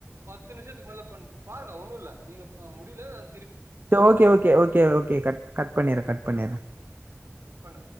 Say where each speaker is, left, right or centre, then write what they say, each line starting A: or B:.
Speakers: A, on the right; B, on the right.
A: பத்து நிமிஷத்துக் மேல பண்ண பாருங்க ஒண்ணு ல்ல நீங்கப்ப முடில
B: ஓகே ஓகே ஓகேஓகே கட் பண்ணிறே கட் பண்ணிறே
A: பண்ணுங்க